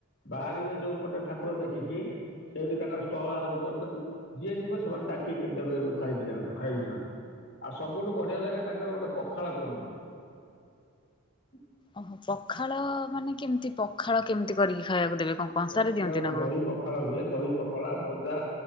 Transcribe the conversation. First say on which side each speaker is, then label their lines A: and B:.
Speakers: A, on the left; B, on the left.
A: ବାହାରିବେ ଯୋଉ ପଟେ ଠାକୁର ଦେଖିକି ସେଇଠି ତାଙ୍କର ଷ୍ଟଲ ଆରମ୍ଭ କରିଚନ୍ତି ଯିଏ ଯିବେ ସେମାନେ ଡାକିକି ଦେବେ ଖାଇକି ଯାଆନ୍ତୁ ଖାଇକି ଯାଆନ୍ତୁ ଆଉ ସବୁଠୁ ବଢ଼ିଆ ଲାଗେ ତାଙ୍କର ଗୋଟେ ପଖାଳ କରନ୍ତି। ଉଁ
B: ଓହୋ ପଖାଳ ମାନେ କେମିତି ପଖାଳ କେମିତି କରିକି ଖାଇବାକୁ ଦେବେ? କଣ କଂସାରେ
A: ଏଠିକା
B: ଦିଅନ୍ତି
A: ଗୋଟେ
B: ନା କଣ?
A: ଦହି ପଖାଳ ହୁଏ ଦହି ପଖଳା ଭଜା